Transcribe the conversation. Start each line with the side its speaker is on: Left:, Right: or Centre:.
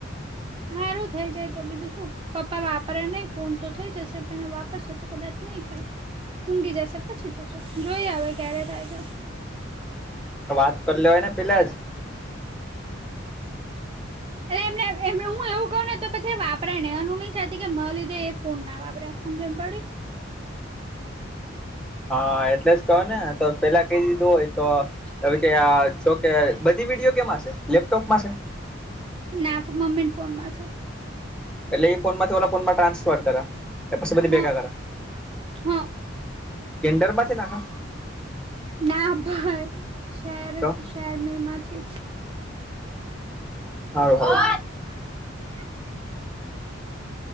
Right: સારું થઈ જાય તો બીજું શું પપ્પા વાપરે નહી ફોન તો થઈ જશે, પણ એ વાપરશે તો કદાચ નહી થાય, ઊંઘી જશે પછી થશું જોઈ હવે ક્યારે થાય છે.
Centre: વાત કર લેવાય ને પેલાં જ
Right: એટલે એમને એમ હું એવું કું ને તો પછી વાપરે ને એનું નહી ચાતી કે મા લીધે એ ફોન ના વાપરે સમજમ પડી.
Centre: હા એટલે જ કહો ને તો પેલા કઈ દીધું હોય તો, હવે કે આ જોકે બધી વિડીયો કેમશે લેપટોપમાં છે.
Right: ના મમ્મી ને ફોન માં છે.
Centre: એટલે એ ફોન માંથી ઓ ફોનમાં ટ્રાન્સફર કરા એ પછી બધી
Right: હા
Centre: ભેગા કરા,
Right: હા
Centre: કિન્ડરમાં છે નાખ,
Right: ના ભાઈ શહેર
Centre: તો
Right: શહેર મેમાંથી.
Centre: હારુ હારુ,
Right: હ હ હોય અહીંયા મુકદ્દે,